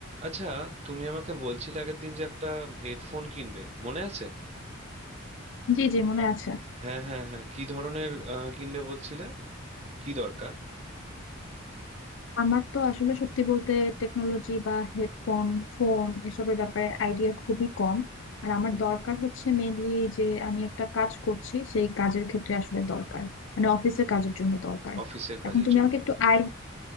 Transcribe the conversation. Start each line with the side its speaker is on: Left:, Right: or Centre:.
Right: আচ্ছা তুমি আমাকে বলছিলে আগের দিন যে একটা হেডফোন কিনবে মনে আছে
Left: জি জি মনে আছে
Right: হ্যাঁ হ্যাঁ হ্যাঁ কি ধরনের আহ, কিনবে বলছিলে কি দরকার
Left: আমার তো আসলে সত্যি বলতে টেকনোলজি বা হেডফোন ফোন এসবের ব্যাপারে আইডিয়া খুবই কম আর আমার
Right: হুম
Left: দরকার হচ্ছে মেনলি যে আমি একটা কাজ করছি সেই কাজের ক্ষেত্রে আসলে দরকার মানে অফিসের কাজের জন্য দরকার
Right: অফিসের কাজের
Left: এখন তুমি
Right: জন্য
Left: আমাকে
Right: দরকার
Left: একটু আই